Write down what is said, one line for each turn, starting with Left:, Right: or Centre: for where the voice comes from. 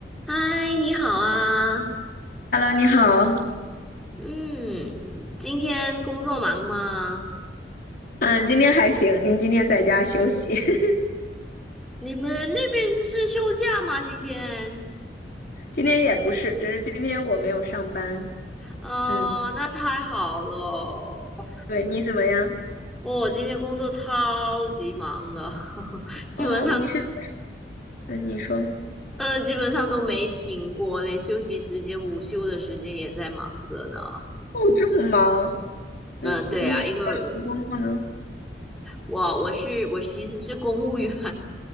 Centre: 嗨，你好啊，
Left: Hello，你好。
Centre: 嗯，今天工作忙吗？
Left: 嗯，今天还行，您今天在家休息。<laughs>
Centre: 你们那边是休假吗？今天？
Left: 今天也不是，只是今天我没有上班。
Centre: 哦，
Left: 嗯，
Centre: 那太好了。哦，
Left: 对，你怎么样？
Centre: 我今天工作超级忙的，<laughs> 基本上，
Left: 哦，你是，嗯，你说，
Centre: 嗯、基本上都没停过，连休息时间、午休的时间也在忙着呢。
Left: 哦，这么忙，嗯，
Centre: 嗯，对啊，
Left: 你是做什么工作呢？
Centre: 因为我我是我其实是公务员，